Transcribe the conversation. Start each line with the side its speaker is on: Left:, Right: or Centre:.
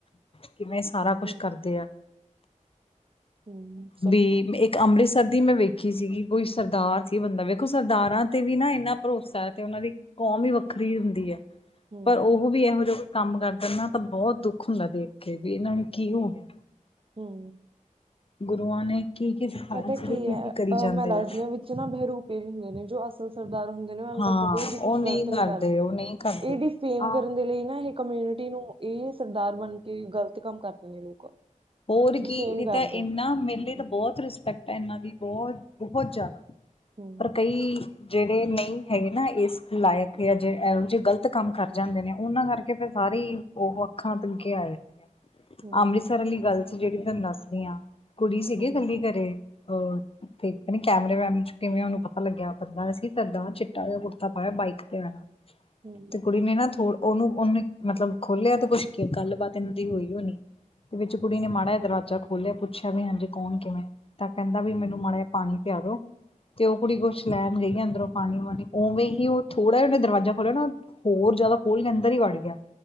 Left: ਕਿਵੇਂ ਸਾਰਾਂ ਕੁੱਛ
Right: ਹਮ
Left: ਕਰਦੇ ਆ।
Right: ਹੂੰ
Left: ਵੀ ਇੱਕ। ਅੰਮ੍ਰਿਤਸਰ ਦੀ ਮੈਂ ਵੇਖੀ ਸੀਗੀ ਕੋਈ ਸਰਦਾਰ ਸੀ ਬੰਦਾ ਵੇਖੋ ਸਰਦਾਰਾਂ ਤੇ ਵੀ ਨਾ ਇੰਨਾ ਭਰੋਸਾ ਹੈ ਤੇ ਉਹਨਾਂ ਦੀ ਕੌਮ ਵੀ ਵੱਖਰੀ ਹੁੰਦੀ ਐ।
Right: ਹਮ
Left: ਪਰ ਉਹ ਵੀ ਇਹੋ ਜਾ ਕੰਮ ਕਰਦੇ ਨਾ ਤਾਂ ਬਹੁਤ ਦੁੱਖ ਹੁੰਦਾ ਦੇਖ ਕੇ ਵੀ ਇਹਨਾਂ ਨੂੰ ਕੀ ਹੋ ਗਿਆ।
Right: ਹੂੰ,
Left: ਗੁਰੂਆਂ ਨੇ ਕੀ ਕੀ ਸਿਖਾਇਆ
Right: ਪਤਾ
Left: ਸੀ ਕੀ
Right: ਹੈ
Left: ਕੀ ਕਰੀ
Right: ਅਹ
Left: ਜਾਂਦੇ
Right: ਮੈਂ ਦੱਸਦੀ
Left: ਆ।
Right: ਹਾਂ ਵਿੱਚ ਬਹਿਰੂਪੇ ਵੀ ਹੁੰਦੇ ਨੇ ਜੋ ਅਸਲ ਸਰਦਾਰ ਹੁੰ
Left: ਹਾਂ
Right: ਕਦੇ ਵੀ ਕੁਛ
Left: ਉਹ ਨਹੀਂ
Right: ਗ਼ਲਤ ਨੀ ਕਰਦੇ
Left: ਉਹ ਨਹੀਂ ਕਰਦੇ
Right: ਏ ਫੇਮ
Left: ਆਹ
Right: ਕਰਨ ਦੇ ਲਈ ਨਾ ਇਹ, ਕਮਿਊਨਿਟੀ ਨੂੰ ਇਹ ਸਰਦਾਰ ਬਣ ਕੇ ਗ਼ਲਤ ਕੰਮ ਕਰਦੇ ਨੇ ਲੋਕ।
Left: ਹੋਰ
Right: ਡਿਫੇਮ
Left: ਕੀ
Right: ਕਰਦੇ
Left: ਤਾਂ ਇਹਨਾ ਮੇਰੇ ਲਈ
Right: ਨੇ
Left: ਤਾਂ ਬਹੁਤ ਰਿਸਪੈਕਟ ਹੈ ਇਹਨਾਂ ਦੀ ਬਹੁਤ ਬਹੁਤ ਜ਼ਿਆਦਾ
Right: ਹੂੰ
Left: ਪਰ
Right: ਹੂੰ
Left: ਕਈ ਜਿਹੜੇ ਨਹੀਂ ਹੈਗੇ ਨਾ ਇਸ ਲਾਇਕ ਜਾਂ ਇਹੋ ਜਿਹੇ ਗ਼ਲਤ ਕੰਮ ਕਰ ਜਾਂਦੇ ਨੇ ਉਹਨਾਂ ਕਰਕੇ ਫਿਰ ਸਾਰੇ ਉਹ ਅੱਖਾਂ ਆਏ ਸੀ
Right: ਹੂੰ
Left: ਅੰਮ੍ਰਿਤਸਰ ਵਾਲ਼ੀ ਗੱਲ਼ ਸੀ। ਜਿਹੜੀ ਤੁਹਾਨੂੰ ਦੱਸਦੀ ਹਾਂ। ਕੁੜੀ ਸੀਗੀ
Right: ਹੂੰ
Left: ਇਕੱਲੀ ਸੀ ਘਰੇ ਹੋਰ। ਤੇ ਪਤਾ ਨੀ ਕੈਮਰੇ ਵੈਮਰੇ ਚ ਕਿਵੇਂ ਉਹਨੂੰ ਪਤਾ ਲੱਗਿਆ ਬੰਦਾ ਸੀ ਚਿੱਟਾ ਜਾ ਕੁੜਤਾ ਪਾਇਆ ਬਾਈਕ ਤੇ ਆਇਆ।
Right: ਹੂੰ
Left: ਤੇ ਕੁੜੀ ਨੇ ਨਾ ਥੋੜਾ ਉਹਨੂੰ ਉਹਨੇ ਮਤਲਬ ਖੋਲਿਆ ਤੇ ਕੁਛ ਗੱਲਬਾਤ ਇਹਨਾਂ ਦੀ ਹੋਈ ਹੋਣੀ। ਤੇ ਵਿੱਚ ਕੁੜੀ ਨੇ ਮਾੜਾ ਦਰਵਾਜ਼ਾ ਖੋਲ੍ਹਿਆ ਪੁੱਛਿਆ ਵੀ ਹਾਂਜੀ ਕੌਣ ਕਿਵੇਂ ਤਾਂ ਕਹਿੰਦਾ ਵੀ ਮੈਨੂੰ ਮਾੜਾ ਜ ਪਾਣੀ ਪਿਆ ਦੋ ਤੇ ਉਹ ਕੁੜੀ ਕੁਛ ਲੈਣ ਗਈ ਆ ਅੰਦਰੋਂ ਪਾਣੀ ਪਾਣੀ ਉਵੇਂ ਹੀ ਉਹ ਥੋੜ੍ਹਾ ਜਿੇ ਦਰਵਾਜ਼ਾ ਖੋਲਿਆ ਨਾ ਹੋਰ ਜ਼ਿਆਦਾ ਖੋਲ੍ਹ ਕੇ ਅੰਦਰ ਹੀ ਵੜ ਗਿਆ।